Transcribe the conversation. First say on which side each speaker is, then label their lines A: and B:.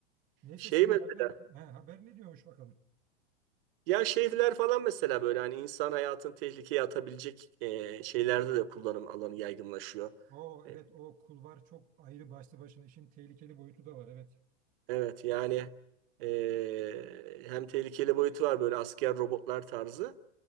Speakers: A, on the right (about 20°); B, on the right (about 50°).
A: Neyse
B: Şey
A: senin
B: mesela,
A: haber, he, haber ne diyormuş bakalım.
B: ya şeyler falan mesela böyle hani insan hayatını tehlikeye atabilecek e, şeylerde de kullanım alanı yaygınlaşıyor.
A: O
B: E,
A: evet o kulvar çok ayrı başlı başına işin tehlikeli boyutu da var evet.
B: Evet yani eee, hem tehlikeli boyutu var böyle asker robotlar tarzı.